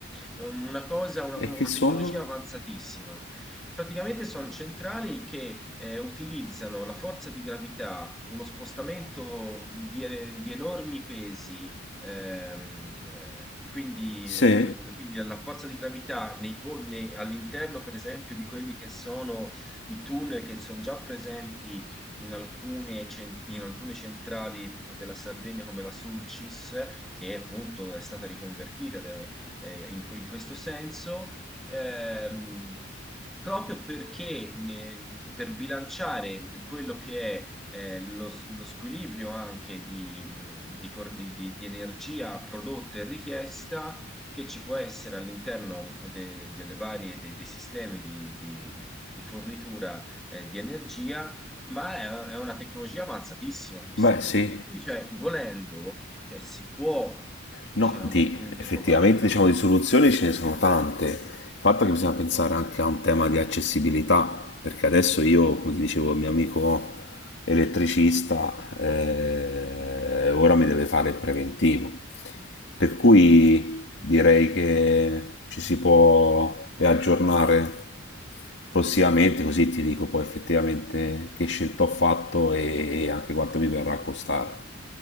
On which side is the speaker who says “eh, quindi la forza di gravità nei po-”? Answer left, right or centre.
Centre